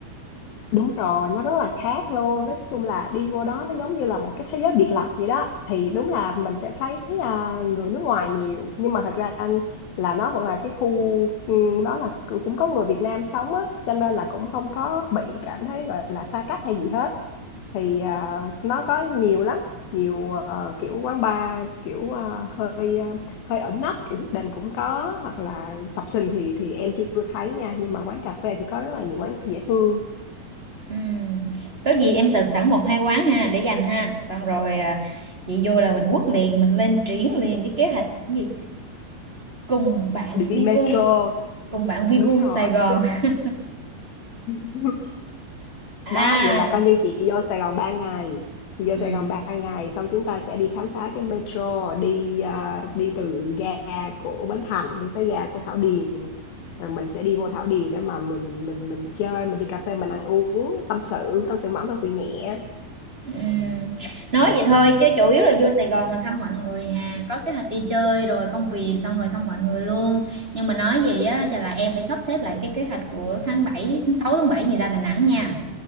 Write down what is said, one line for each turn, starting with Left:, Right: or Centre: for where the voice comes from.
Left: đúng rồi nó rất là khác luôn nói chung là đi vô đó nó giống như là một cái thế giới biệt lập vậy đó thì đúng là mình sẽ thấy à, người nước ngoài nhiều nhưng mà thật ra anh là nó vẫn là cái khu ừ, đó là cũng có người Việt Nam sống á cho nên là cũng không có bị cảm thấy gọi là xa cách hay gì hết thì à, nó có nhiều lắm nhiều ờ, kiểu quán bar kiểu ờ, hơi ờ, hơi ẩn nấp kiểu hidden cũng có hoặc là sập sình thì thì em chưa thấy nha nhưng mà quán cà phê thì có rất là nhiều quán dễ thương
Right: Ừ. Có gì em search sẵn một hai quán ha để dành ha xong rồi à, chị vô là mình quất liền mình lên triển liền cái kế hoạch cái gì cùng bạn
Left: đi
Right: vi
Left: metro
Right: vu cùng bạn vi vu
Left: đúng rồi
Right: Sài Gòn
Left: tức
Right: <laughs>
Left: <laughs>
Right: à
Left: đó vậy là coi như chị vô Sài Gòn 3 ngày chị vô
Right: ừ.
Left: Sài Gòn 3 ngày xong chúng ta sẽ đi khám phá cái metro đi à, đi từ ga của Bến Thành đi tới ga của Thảo Điền rồi mình sẽ đi vô Thảo Điền để mà mình mình mình chơi mình đi cà phê mình ăn uống tâm sự tâm sự mỏng tâm sự nhẹ
Right: Ừ. nói vậy thôi chứ chủ yếu là vô Sài Gòn là thăm mọi người hà có kế hoạch đi chơi rồi công việc xong rồi thăm mọi người luôn nhưng mà nói gì á chắc là em phải sắp xếp lại cái kế hoạch của tháng bảy tháng 6 tháng 7 gì ra Đà Nẵng nha